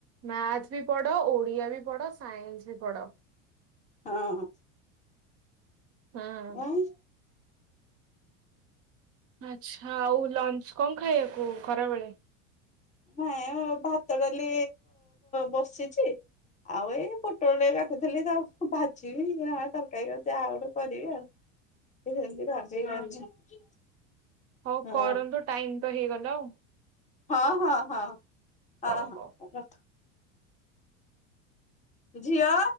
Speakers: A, on the right (about 40°); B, on the left (about 20°).
A: ମ୍ୟାଥ ବି ପଡ଼ ଓଡିଆ ବି ପଡ଼ ସାଇନ୍ସ ବି ପଡ।
B: ହଁ।
A: ହଁ।
B: ନାଇଁ
A: ଆଛା ଆଉ ଲଞ୍ଚ କଣ ଖାଇବାକୁ ଖରାବେେଳେ
B: ନାଇଁ ଭାତ ଡାଲି ବସିଛି ଆଉ ଏଇ ପୋଟଳ ଟଆ କାଟିୁଥିଲି ତାଉ ଭାଜିବି ଜ ତରକାରୀ ଯାହା ଗୋଟେ କରିବି ଆଉ ଭଜିବି
A: ଆଚ୍ଛା, ହଉ
B: ହଁ
A: କରନ୍ତୁ ଟାଇମ ତ ହେଇଗଲା ଆଉ
B: ହଁ ହଁ ହଁ ହଁ
A: ହଉ ହଉ।
B: ରଖ ଝିଅ